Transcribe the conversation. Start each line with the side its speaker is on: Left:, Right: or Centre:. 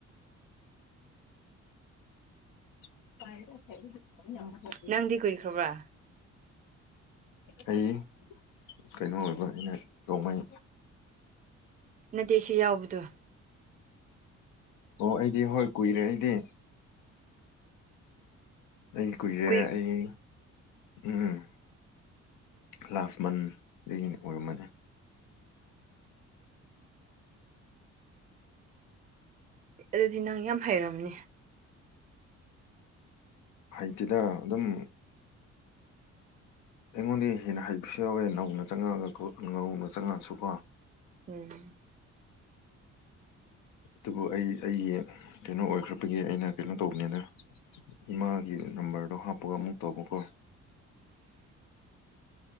Left: <inaudible> <inaudible> <inaudible> <inaudible>
Right: ꯅꯪꯗꯤ ꯀꯨꯏꯈ꯭ꯔꯕ꯭ꯔꯥ
Left: ꯑꯩ ꯀꯩꯅꯣ ꯑꯣꯏꯕ ꯑꯩꯅ ꯔꯣꯡꯃꯩ
Right: ꯅꯠꯇꯦ ꯁꯤ ꯌꯥꯎꯕꯗꯣ
Left: ꯑꯣ ꯑꯩꯗꯤ ꯍꯣꯏ ꯀꯨꯏꯔꯦ ꯑꯩꯗꯤ ꯑꯩ ꯀꯨꯏꯔꯦ
Right: ꯀꯨꯏ
Left: ꯑꯩ ꯎꯝ ꯂꯥꯁ ꯃꯟꯗꯒꯤ ꯑꯣꯏꯔꯝꯃꯅꯤ
Right: ꯑꯗꯨꯗꯤ ꯅꯪ ꯌꯥꯝ ꯍꯩꯔꯝꯅꯤ
Left: ꯍꯩꯇꯦꯗ ꯑꯗꯨꯝ ꯑꯩꯉꯣꯟꯗꯩ ꯍꯦꯟꯅ ꯍꯩꯕꯁꯨ ꯌꯥꯎꯋꯦ ꯅꯧꯅ ꯆꯪꯉꯛꯑꯒꯀꯣ ꯅꯧꯅ ꯆꯪꯉꯛꯑꯁꯨꯀꯣ
Right: ꯎꯝ
Left: ꯑꯗꯨꯕꯨ ꯑꯩ ꯑꯩꯒꯤ ꯀꯩꯅꯣ ꯑꯣꯏꯈ꯭ꯔꯕꯒꯤ ꯑꯩꯅ ꯀꯩꯅꯣ ꯇꯧꯕꯅꯤꯅ ꯏꯃꯥꯒꯤ ꯅꯝꯕꯔꯗꯣ ꯍꯥꯞꯄꯒ ꯑꯃꯨꯛ ꯇꯧꯕꯀꯣ꯫